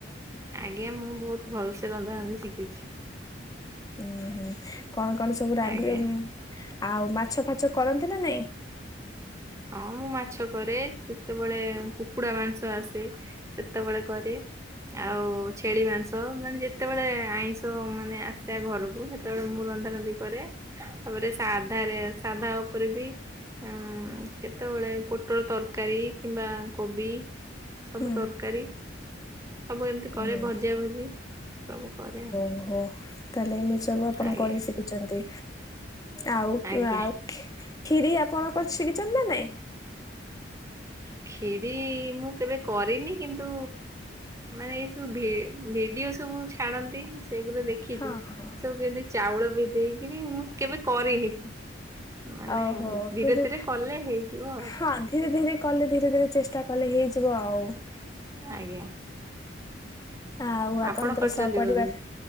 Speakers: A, on the right; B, on the left.
A: ଆଜ୍ଞା। ମୁଁ ବହୁତ। ଭଲସେ ରନ୍ଧା ରାନ୍ଧି ଶିଖିଛି।
B: ଉୁଁ ହୁଁ କଣ କଣ ସବୁ ରାନ୍ଧିବେ?
A: ଆଜ୍ଞା।
B: ଆଉ ମାଛ ଫାଛ କରନ୍ତି ନା ନାଇଁ?
A: ହଁ ମୁଁ ମାଛ କରେ। ସେତେବେଳେ କୁକୁଡା ମାଂସ ଆସେ। ସେତେବେଳେ କରେ, ଆଉ ଛେଳି ମାଂସ ମାନେ ଯେତେବେଳେ ଆଇଁଷ ତ ମାନେ ଆସିବା ଘରକୁ ସେତେବେଳେ ମୁଁ ରନ୍ଧା ରନ୍ଧି କରେ। ତାପରେ ସାଧାରେ ସାଧା ଉପରେ ବି ଉଁ କେତେବେଳେ ପୋଟଳ ତରକାରୀ କିମ୍ବା କୋବି। ସବୁ
B: ହୁଁ
A: ତରକାରୀ, ସବୁ ଏମିତି କରେ,
B: ନା।
A: ଭଜା ଭଜି, ସବୁ କରେ ଆଉ।
B: ଓହୋ। ତାହେଲେ ଏମିତି ସବୁ ଆପଣ
A: ଆଜ୍ଞା
B: କରି ଶିଖିଛନ୍ତି। ଆଉ
A: ଆଜ୍ଞା।
B: ଆଉ ଖିରି ଆପଣ କରି ଶିଖିଛନ୍ତି ନା ନାଇଁ?
A: କ୍ଷିରି ମୁଁ କେବେ କରିନି, କିନ୍ତୁ ମାନେ ଏଇ ସବୁ ଭି ଭିଡିଓ ସବୁ ଛାଡନ୍ତି ସେଗୁଡା ଦେଖିଛି,
B: ହଁ ହଁ ହଁ
A: ସବୁ କେମିତି ଚାଉଳ ବିଦେଇକିରି। ମୁଁ କେବେ କରିନି? ମାନେ
B: ଓହୋ।
A: ଧୀରେ
B: କିନ୍ତୁ,
A: ଧୀରେ କଲେ ହେଇଯିବ ଆଉ।
B: ହଁ ଧୀରେ ଧୀରେ କଲେ ଧୀରେ ଧୀରେ ଚେଷ୍ଟା କଲେ ହେଇଯିବ ଆଉ।
A: ଆଜ୍ଞା।
B: ଆଉ ଆପଣଙ୍କର
A: ଆପଣ କରିଛନ୍ତି
B: ସପରିବାର
A: ବୋଧେ?